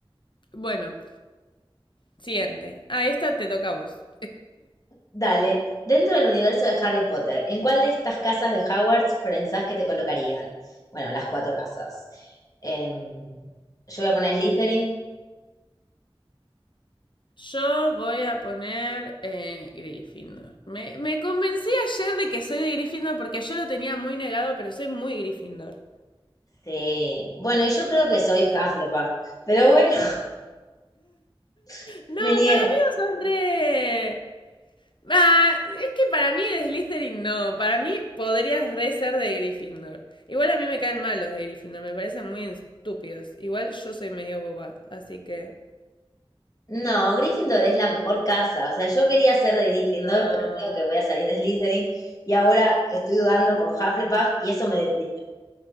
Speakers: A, on the left; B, on the left.
A: Bueno, siguiente. Ah, esta te toca a vos.
B: Dale, dentro del universo de Harry Potter, ¿en cuál de estas casas de Hogwarts pensás que te colocarían? Bueno, las cuatro casas. Em, yo voy a poner Slytherin.
A: Yo voy a poner eh, Gryffindor. Me, me convencí ayer de que soy de Gryffindor porque yo lo tenía muy negado, pero soy muy Gryffindor.
B: Sí. Bueno, y yo creo que soy Hufflepuff, pero bueno, <laughs>
A: No,
B: me niego.
A: para mí vos sos re... Ah, es que para mí de Slytherin no. Para mí podrías re ser de Gryffindor. Igual a mí me caen mal los de Gryffindor, me parecen muy estúpidos. Igual yo soy medio boba, así que...
B: No, Gryffindor es la mejor casa. O sea, yo quería ser de Gryffindor,
A: No.
B: pero creo que voy a salir de Slytherin y ahora estoy dudando con Hufflepuff y eso me deprime.